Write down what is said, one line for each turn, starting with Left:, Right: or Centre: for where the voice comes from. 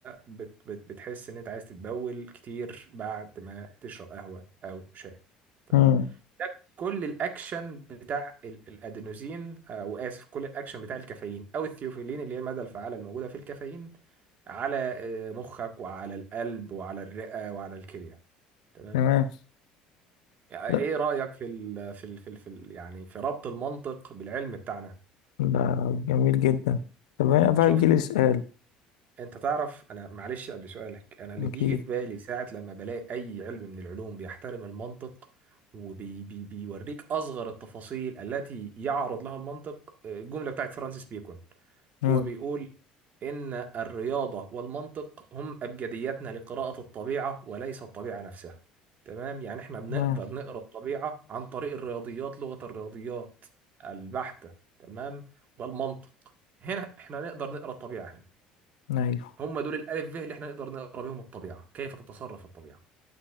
Right: بت بت بتحس ان انت عايز تتبول كتير بعد ما تشرب قهوة او شاي تمام
Left: مم.
Right: ده كل الاكشن بتاع ال- الادينوزين او اسف كل الاكشن بتاع الكافيين او الثيوفيلين اللي هي المادة الفعالة اللي موجودة في الكافيين على آه، مخك وعلى القلب وعلى الرئة وعلى الكلية تمام
Left: تمام
Right: يعني
Left: لا
Right: ايه رأيك في ال في ال في ال في ال يعني في ربط المنطق بالعلم بتاعنا
Left: ده جميل جدا طب هنا بقى
Right: شفت
Left: يجيلي سؤال
Right: انت تعرف انا معلش قبل سؤالك انا اللي
Left: اكيد
Right: بيجي في بالي ساعة لما بلاقي اي علم من العلوم بيحترم المنطق وبيوريك اصغر التفاصيل التي يعرض لها المنطق آه، الجملة بتاعت فرانسيس بيكون
Left: مم.
Right: هو بيقول ان الرياضة والمنطق هم ابجدياتنا لقراءة الطبيعة وليس الطبيعة نفسها تمام يعني احنا بنقدر
Left: تمام
Right: نقرأ الطبيعة عن طريق الرياضيات لغة الرياضيات البحتة تمام والمنطق هنا احنا نقدر نقرأ الطبيعة هنا
Left: ايوه
Right: هم دول الالف ب اللي احنا نقدر نقرا بيهم الطبيعه كيف تتصرف الطبيعه